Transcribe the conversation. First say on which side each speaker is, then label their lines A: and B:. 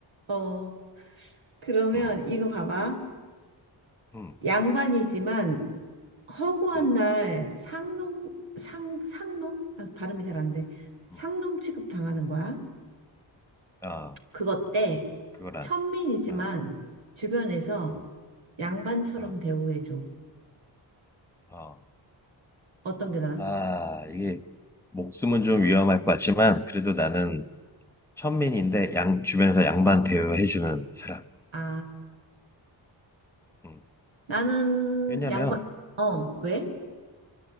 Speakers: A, on the right (about 85°); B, in the centre.
A: 어. 그러면
B: 음,
A: 이거 봐봐.
B: 음,
A: 양반이지만 허구한
B: 음,
A: 날 상놈, 상, 상놈? 아, 발음이 잘 안 돼.
B: 음.
A: 상놈 취급 당하는
B: 음.
A: 거야.
B: 아,
A: 그것 때
B: 그거란.
A: 천민이지만
B: 음,
A: 주변에서
B: 어,
A: 양반처럼
B: 어,
A: 대우해줘.
B: 어.
A: 어떤 게 나아?
B: 아, 이게 목숨은 좀 위험할 것 같지만 그래도 나는 천민인데 양 주변에서 양반 대우해주는 사람.
A: 아,
B: 음.
A: 나는
B: 왜냐면
A: 양반, 어, 왜?